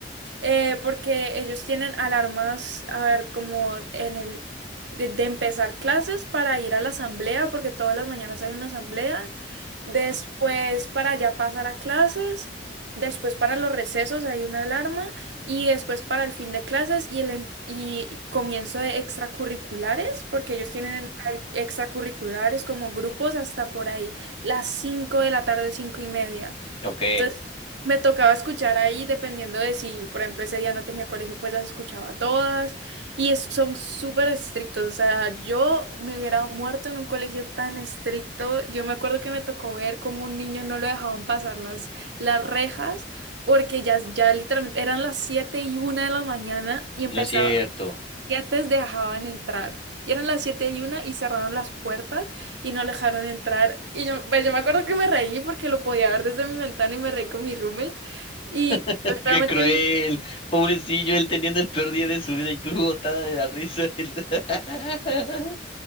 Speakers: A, on the right (about 75°); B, on the left (about 30°).
A: eh, porque ellos tienen alarmas, a ver, como en el, de, de empezar clases para ir a la asamblea, porque todas las mañanas hay una asamblea, después para ya pasar a clases, después para los recesos hay una alarma, y después para el fin de clases y el em- y comienzo de extracurriculares, porque ellos tienen al- extracurriculares como grupos hasta por ahí, las 5 de la tarde, cinco y media.
B: Ok,
A: Entonces, me tocaba escuchar ahí, dependiendo de si, por ejemplo, ese día no tenía colegio, pues las escuchaba todas. Y es- son súper estrictos. O sea, yo me hubiera muerto en un colegio tan estricto. Yo me acuerdo que me tocó ver cómo un niño no lo dejaban pasar las, las rejas, porque ya, ya literalmente eran las 7 y una de la mañana y empezaba,
B: no es cierto.
A: antes dejaban entrar. Y eran las siete y una y cerraron las puertas y no dejaron entrar. Y yo, pues yo me acuerdo que me reí porque lo podía ver desde mi ventana y me reí con mi roommate. Y
B: <laughs>
A: yo
B: Qué
A: solamente
B: cruel.
A: vi,
B: Pobrecillo, él teniendo el peor día de su vida y tú botada de la risa. <laughs>